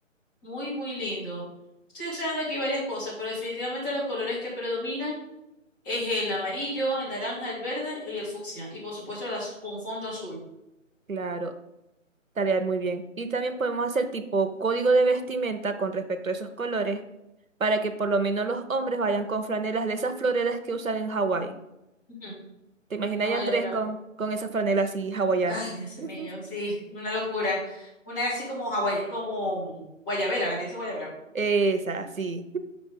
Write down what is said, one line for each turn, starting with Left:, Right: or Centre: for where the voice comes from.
Left: muy, muy lindo. Estoy observando aquí varias cosas, pero definitivamente los colores que predominan es el amarillo, el naranja, el verde y el fucsia. Y por supuesto las, con fondo azul.
Right: Claro, tarea muy bien. Y también podemos hacer tipo código de vestimenta con respecto a esos colores para que por lo menos los hombres vayan con franelas de esas floreras que usan en Hawái.
Left: Ujú,
Right: ¿Te imaginas
Left: La guayabera.
Right: a Andrés con, con esas franelas así hawaianas?
Left: Ay, Dios
Right: <laughs>
Left: mío, sí, una locura. Una así como hawai- como mm, guayabera, la que dice guayabera.
Right: Esa, sí.